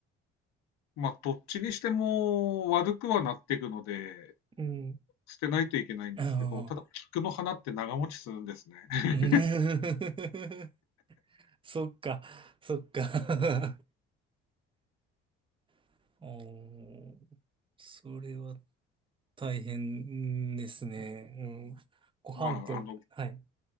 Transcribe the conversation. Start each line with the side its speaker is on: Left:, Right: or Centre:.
Left: まあ、どっちにしても悪くはなっていくので、
Right: うん。
Left: 捨てないといけないんですけど、
Right: あ
Left: ただ、
Right: あ。
Left: 菊の花って長持ちするんですね。<laughs>
Right: <laughs> そっか、そっか。<laughs> おー、それは大変ですね。うん。ご飯と、
Left: まあ、あの、
Right: はい。